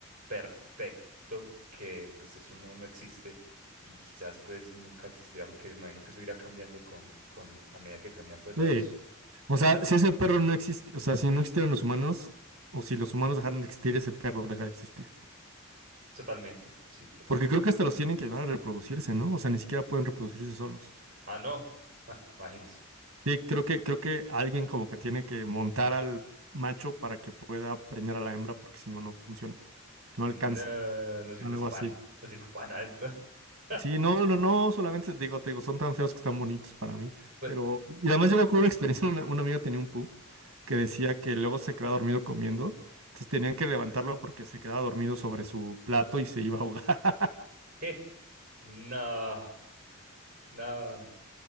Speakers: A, on the right; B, on the right.
A: perfecto, que pues eso no, no existe y quizás pues nunca existirá porque me imagino que eso irá cambiando con, con a medida que cambian pues los,
B: Sí. O
A: la-
B: sea, si ese perro no existe, o sea, si no existieran los humanos, o si los humanos dejaran de existir, ese perro deja de existir.
A: totalmente, sí, totalmente.
B: Porque creo que hasta los tienen que ayudar a reproducirse, ¿no? O sea, ni siquiera pueden reproducirse solos.
A: Ah, no, ah, imagínese.
B: Sí, creo que, creo que alguien como que tiene que montar al macho para que pueda preñar a la hembra, porque si no, no funciona. No
A: No,
B: alcanza.
A: no sirve
B: Algo
A: pan,
B: así.
A: no sirve para nada entonces. <laughs>
B: Sí, no, no, no, solamente te digo, te digo, son tan feos que están bonitos para mí.
A: Pues,
B: Pero, y además yo me acuerdo una experiencia, una, una amiga tenía un pug que decía que luego se quedaba dormido comiendo, entonces tenían que levantarlo porque se quedaba dormido sobre su plato y se iba a ahogar. <laughs>
A: ¿qué? No, no, no.